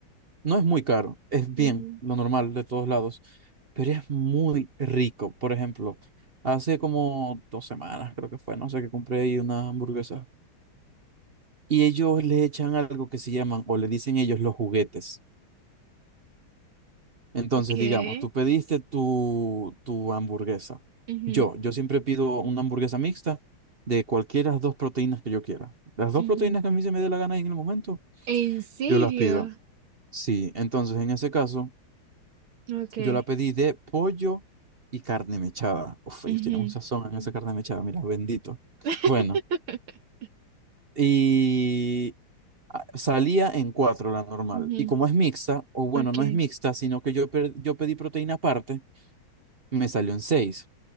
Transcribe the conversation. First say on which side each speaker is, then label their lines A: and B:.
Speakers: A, on the right (about 45°); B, on the right (about 80°).
A: no es muy caro, es bien,
B: ujú,
A: lo normal de todos lados, pero es muy rico. Por ejemplo, hace como dos semanas, creo que fue, no sé, que compré ahí unas hamburguesas y ellos le echan algo que se llaman, o le dicen ellos los juguetes. Entonces,
B: ¿Qué?
A: digamos, tú pediste tu, tu hamburguesa.
B: ujú,
A: Yo, yo siempre pido una hamburguesa mixta de cualquiera de las dos proteínas que yo quiera. Las dos
B: ujú.
A: proteínas que a mí se me dé la gana en el momento,
B: ¿En serio?
A: yo las pido. Sí, entonces en ese caso,
B: Ok.
A: yo la pedí de pollo y carne mechada. Uf,
B: ujú,
A: ellos tienen un sazón en esa carne mechada, mira, bendito.
B: <laughs>
A: Bueno, y ah, salía en cuatro la normal.
B: ujú,
A: Y como es mixta, o bueno,
B: Ok.
A: no es mixta, sino que yo, pe- yo pedí proteína aparte, me salió en seis.